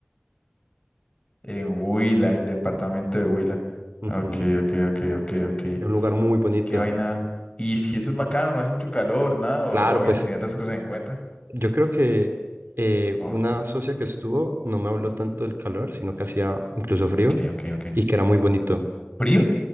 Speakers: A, on the left; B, on the right.
A: En Huila, el departamento de Huila.
B: Ujú.
A: Ok, ok, ok, ok, ok.
B: Es un lugar muy bonito.
A: Qué vaina. ¿Y si eso es bacano, no hace mucho calor, nada? ¿O,
B: Claro,
A: o habían
B: pues
A: tenido otras cosas en cuenta?
B: yo creo que eh,
A: Ok,
B: una socia que estuvo no me habló tanto del calor, sino que hacía incluso frío
A: ok, ok.
B: y que era muy bonito.
A: ¿Frío?